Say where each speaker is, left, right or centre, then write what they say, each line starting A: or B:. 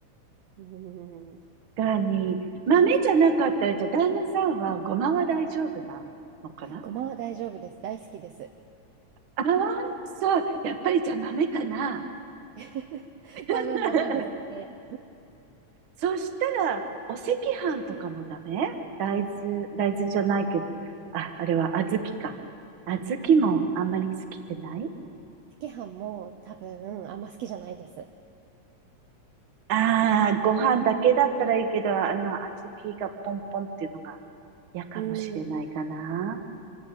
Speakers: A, on the right (about 75°); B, on the right (about 55°).
A: うん、
B: 確かに。豆じゃなかったら、じゃあ旦那さんはごまは大丈夫なのかな
A: ごまは大丈夫です。大好きです。
B: ああ、そう。やっぱりじゃあ豆かな。
A: <laughs>
B: <laughs>
A: 多分豆ですね。
B: そしたら、お赤飯とかもダメ大豆、大豆じゃないけど。あ、あれは小豆か。小豆もあんまり好きくない
A: 赤飯も多分あんま好きじゃないです。
B: ああ、ご飯だけだったらいいけど、あの、小豆がポンポンっていうのが嫌かもしれないかな。
A: うん、